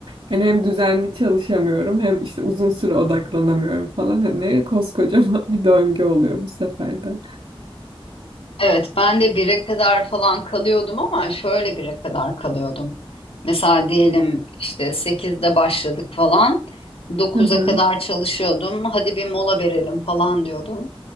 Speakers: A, on the right (about 75°); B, on the left (about 80°).
A: hani hem düzenli çalışamıyorum hem işte uzun süre odaklanamıyorum falan. Hani koskocaman <laughs> bir döngü oluyor bu sefer de.
B: Evet, ben de 1'e kadar falan kalıyordum ama şöyle 1'e kadar kalıyordum. Mesela diyelim işte sekizde başladık falan. dokuza
A: Hı hı,
B: kadar çalışıyordum. Hadi bir mola verelim falan diyordum.